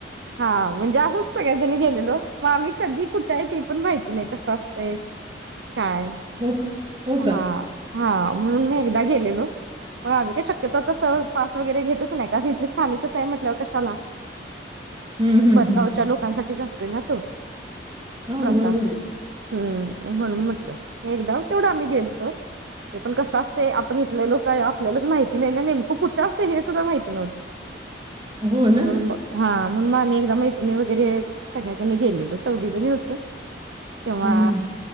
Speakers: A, on the right; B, on the right.
A: हा म्हणजे असंच सगळ्याजणी गेलेलो मग आम्ही कधी कुठे आहे ते पण माहिती नाही कसं असतंय काय
B: हो, हो का?
A: हा हा म्हणून म एकदा गेलेलो पण आम्ही काय शक्य ते तस पास वगैरे घेतच नाही का तिथले स्थानिकच आहे म्हटल्यावर कशाला?
B: हं, हं,
A: परगावच्या लोकांसाठीच असत <unintelligible> ना तो
B: हो
A: प्रसाद
B: बरोबर आहे ना.
A: हम्म म्हणून म्हटलं. मी एकदा तेवढं आम्ही गेलतो ते पण कसं असतंय आपण इथले लोक आहे आपल्यालाच माहित <unintelligible> नेमकं कुठं असतं हे सुद्धा माहिती नव्हतं.
B: हो
A: म्हणून
B: ना?
A: मग हा म्हणू मग आम्ही एकदा मैत्रिणी वगैरे सगळ्याजणी गेलेलो, चौघी जणी होतो. तेव्हा
B: हं, हं.